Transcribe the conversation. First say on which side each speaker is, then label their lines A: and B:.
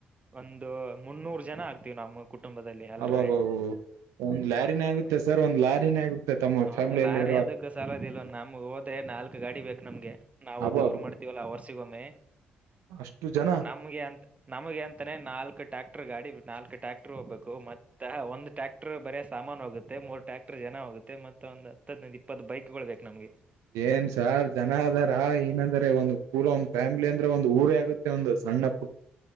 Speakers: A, on the right; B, on the right.
A: ಒಂದು ಮುನ್ನೂರು ಜನ ಆಗ್ತವಿ ನಮ್ಮ ಕುಟುಂಬದಲ್ಲಿ ಅಲ್ರೇ
B: ಅಬ್ಬಬ್ಬಬ್ಬ ಒಂದ್ ಲಾರಿನೇ ಆಗುತ್ತೆ
A: ಆದ್ರೆ
B: ಸರ್ ಒಂದ್ ಲಾರಿನೇ ಆಗುತ್ತೆ ತಮ್ಮ ಫ್ಯಾಮಿಲಿಯಲ್ಲಿ
A: ಒಂದು ಲಾರಿ
B: ಇರುವ
A: ಅದಕ್ಕ ಸಾಲದ ಇಲ್ವ ನಮ್ಗೆ ಹೋದ ನಾಲ್ಕ್ ಗಾಡಿ ಬೇಕು ನಮ್ಗೆ ನಾವು
B: ಅಬ್ಬಬ್ಬ
A: ದೇವ್ ಮಾಡ್ತತಿವಲ್ಲಾರ್ <unintelligible> ಸಿಗೊಮ್ಮೆ
B: ಅಷ್ಟು ಜನ
A: ನಮಗೆ ಅಂತ ನಮಗೆ ಅಂತಾನೆ ನಾಲ್ಕು ಟ್ರ್ಯಾಕ್ಟರ್ ಗಾಡಿ ನಾಕು ಟ್ರ್ಯಾಕ್ಟರ್ ಹೋಗ್ಬೇಕು ಮತ್ತೆ ಒಂದು ಟ್ರ್ಯಾಕ್ಟರ್ ಬರೇ ಸಾಮಾನ್ ಹೋಗುತ್ತೆ ಮೂರು ಟ್ರ್ಯಾಕ್ಟರ್ ಜನ ಹೋಗುತ್ತೆ ಮತ್ತೆ ಒಂದು ಹತ್ತಂದ ಇಪ್ಪತ್ತು ಬೈಕ್ ಗಳು ಬೇಕು ನಮ್ಗೆ
B: ಏನ್ ಸಾರ್ ಜನ ಅದಾರ ಏನಂದ್ರ ಒಂದ್ ಕೂಲ ಒಂದ್ ಫ್ಯಾಮಿಲಿ ಅಂದ್ರೆ ಒಂದ ಊರ ಆಗುತ್ತ ಮತ್ತೆ ಒಂದು ಸಣ್ಣ ಪು